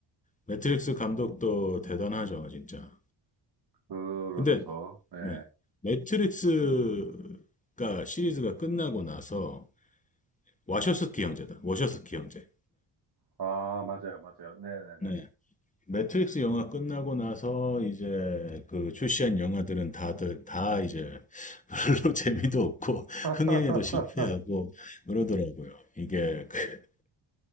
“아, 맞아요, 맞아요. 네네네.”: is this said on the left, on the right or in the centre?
Right